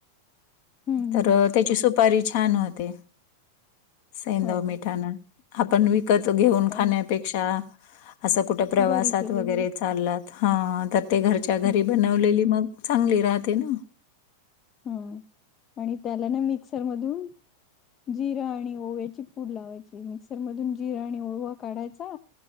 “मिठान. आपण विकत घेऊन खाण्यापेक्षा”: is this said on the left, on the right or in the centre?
Left